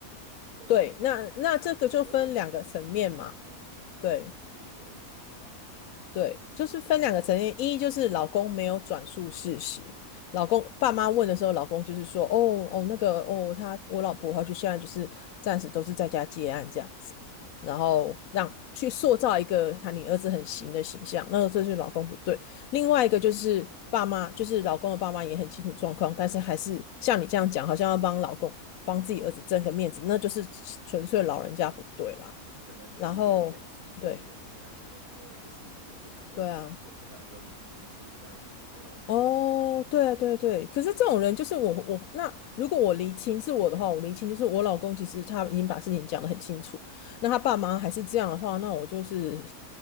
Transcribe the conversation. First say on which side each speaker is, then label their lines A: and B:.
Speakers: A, on the right (about 80°); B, on the left (about 70°).
A: 的那一方，
B: 对，那那这个就分两个层面嘛，
A: 那她有点是有点像用语言去回击这样子，
B: 对。
A: 我觉得是有一点这种层面。
B: 对，就是分两个层面，一就是老公没有转述事实，老公爸妈问的时候，老公就是说，哦哦那个哦，他我老婆她就现在就是暂时都是在家接案这样子，然后让去塑造一个他你儿子很行的形象，那个这就是老公不对。另外一个就是爸妈，就是老公的爸妈也很清楚状况，但是还是像你这样讲，好像要帮老公帮自己儿子争个面子，那就是纯粹老人家不对啦。
A: 嗯嗯可能就是有一点自卑那种感觉，
B: 然后对
A: 然后就是也不想认输也不想认服输，
B: 对啊。
A: 这样子就，
B: 哦，对对对，可是这种人就是我我那如果我离亲是我的话，我离亲就是我老公其实他已经把事情讲得很清楚，那他爸妈还是这样的话，那我就是